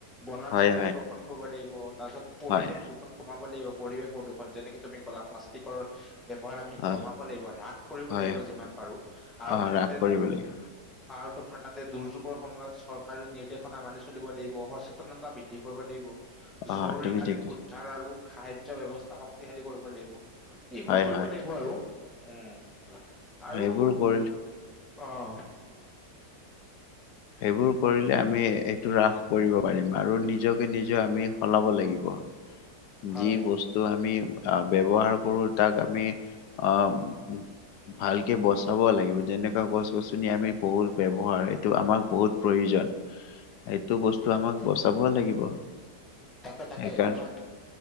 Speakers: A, in the centre; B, on the left.
A: বনাঞ্চল
B: হয় হয়
A: সংৰক্ষণ কৰিব লাগিব। তাৰপিছত, পৰিৱেশ
B: হয়
A: দুখন- কমাব লাগিব, পৰিৱেশ প্ৰদূষণ। যেনেকে তুমি ক'লা প্লাষ্টিকৰ- ব্যৱহাৰ আমি
B: অ
A: কমাব লাগিব হ্ৰাস কৰিব
B: হয়
A: লাগিব যিমান পাৰো, আৰু
B: অ
A: তাৰপিছতে
B: ৰাস কৰিব
A: দু-
B: লাগিব
A: আৰু তোমাৰ তাতে দুৰ্যোগৰ সময়ত চৰকাৰী নিৰ্দেশনা মানি চলিব লাগিব। সচে- তনতা বৃদ্ধি কৰিব লাগিব।
B: অ
A: জৰুৰীকালীন
B: তুমি ঠিক কৈছা।
A: উদ্ধাৰ আৰু সাহাৰ্য্য ব্যৱস্থা শক্তিশালী কৰিব লাগিব। এইবোৰ
B: হয়
A: কৰিব
B: হয়
A: লাগিব আৰু, উম' আৰু
B: সেইবোৰ কৰিল
A: অঁ।
B: এইবোৰ কৰিলে আমি এইটো হ্ৰাস কৰিব পাৰিম। আৰু নিজকে নিজে আমি সলাব লাগিব।
A: হয়
B: যি বস্তু আমি আ ব্যৱহাৰ কৰো, তাক আমি আহ- ভালকে বচাব লাগিব। যেনেকুৱা গছ গছনি আমি বহুল ব্যৱহাৰ এইটো আমাক বহুত- প্ৰয়োজন। এইটো বস্তু আমাক বচাবই লাগিব।
A: তাকে তাকে,
B: সেইকাৰণে
A: তোমাৰ